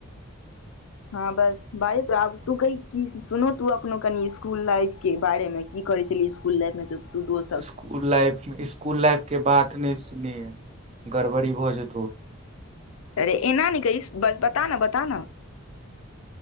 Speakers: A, on the left; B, on the right.
A: हँ, बस बाज। आब तू कह, सुन, तू अपन कनि स्कूल लाइफक बारेमे। की कर छल इकुल लाइफमे त तू दोस
B: स्कूल लाइफ स्कूल लाइफक बात नहि सुन गड़बड़ी भऽ जेतौ
A: अरे एना न की बताना बता ना